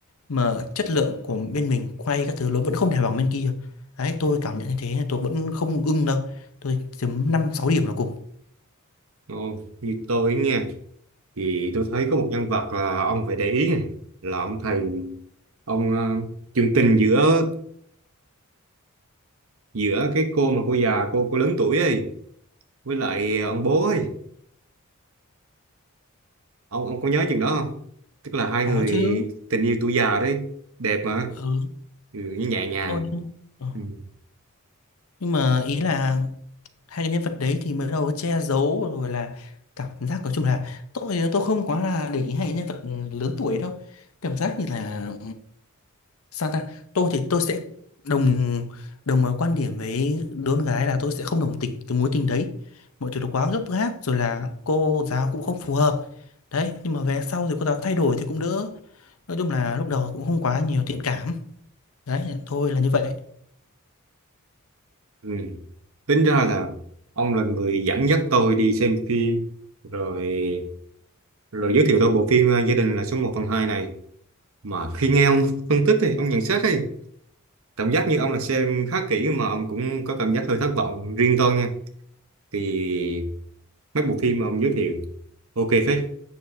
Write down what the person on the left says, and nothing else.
mà chất lượng của bên mình quay các thứ nó vẫn không thể bằng bên kia đấy tôi cảm nhận như thế tôi vẫn không ưng đâu tôi chấm năm sáu điểm là cùng
có
chứ
ừ,
tôi ừ.
nhưng mà ý là hai cái nhân vật đấy thì mới đầu che giấu rồi là cảm giác nói chung là tôi tôi không quá là để ý hai cái nhân vật lớn tuổi đâu cảm giác như là sao ta tôi thì tôi sẽ đồng đồng ờ, quan điểm với đứa con gái là tôi sẽ không đồng tình cái mối tình đấy mọi thứ nó quá gấp gáp rồi là cô giáo cũng không phù hợp đấy nhưng mà về sau thì cô giáo thay đổi thì cũng đỡ nói chung là lúc đầu cũng không quá nhiều thiện cảm đấy thôi là như vậy